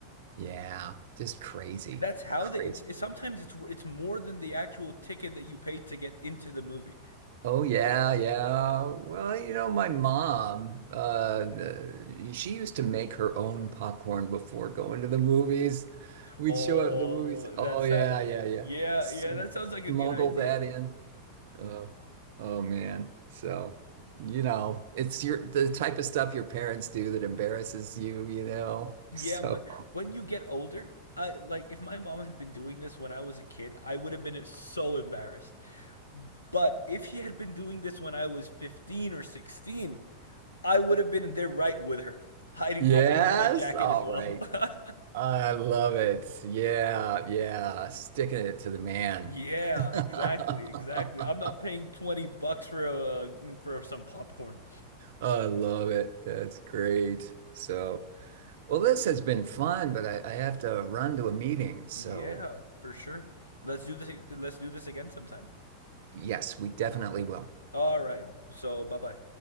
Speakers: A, on the right; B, on the left.
A: Yeah. Just crazy.
B: That's how
A: Crazy.
B: they. It's, it's sometimes it's it's more than the actual ticket that you paid to get into the movie.
A: Oh yeah, yeah. Well, you know, my mom, uh, the- she used to make her own popcorn before going to the movies. We'd
B: Oh,
A: show up at the movies.
B: that's
A: Oh yeah, yeah, yeah.
B: yeah,
A: Smuggle
B: yeah, that sounds like a good idea.
A: that in. Oh, oh man. So, you know, it's your the type of stuff your parents do that embarrasses you, you know.
B: Yeah,
A: So,
B: but when you get older, I, like if my mom had been doing this when I was a kid, I would have been so embarrassed. But if she had been doing this when I was 15 or 16, I would have been there right with her, hiding
A: yes,
B: popcorn in my jacket
A: all
B: as well.
A: right.
B: <laughs>
A: I love it. Yeah, yeah. Sticking it to the man.
B: Yeah,
A: <laughs>
B: exactly,
A: I
B: exactly. I'm not paying 20 bucks for uh for some popcorn.
A: love it. That's great. So, well, this has been fun, but I, I have to run to a meeting. So,
B: Yeah, for sure. Let's do this let's do this again sometime.
A: yes, we definitely will.
B: All right. So bye bye.